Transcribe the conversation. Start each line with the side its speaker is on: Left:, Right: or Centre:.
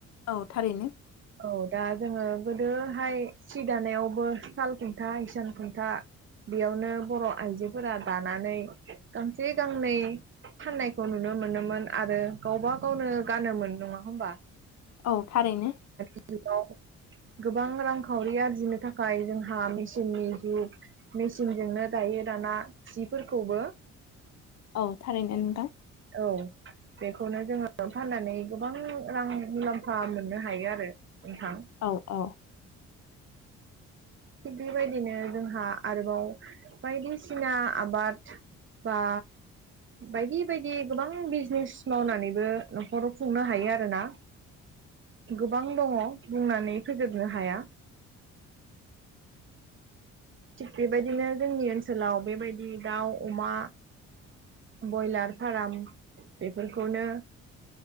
Left: औ थारैनो
Right: औ दा जोङो गोदोहाय सि दानायावबो साल खुन्था इसान खुन्था बेयावनो बर' आइजोफोरा दानानै गांसे गांनै फाननायखौ नुनो मोनोमोन आरो गावबा गावनो गानोमोन नङा होमबा
Left: औ थारैनो
Right: हेलौ गोबां रांखावरि आरजिनो थाखाय जोंहा मेसिननि जुग मेसिनजोंनो दायो दाना सिफोरखौबो
Left: औ थारैनो नोंथां
Right: औ बेखौनो जोङो फाननानै गोबां रां मुलाम्फा मोननो हायो आरो नोंथां
Left: औ औ
Right: थिग बेबायदिनो जोंहा आरोबाव बायदिसिना आबाद बा बायदि बायदि गोबां बिजनेस मावनानैबो न'खराव खुंनो हायो आरोना गोबां दङ बुंनानै फोजोबनो हाया <inaudible> थिग बेबायदिनो जोंनि ओनसोलाव बेबायदि दाउ अमा बयलार फाराम बेफोरखौनो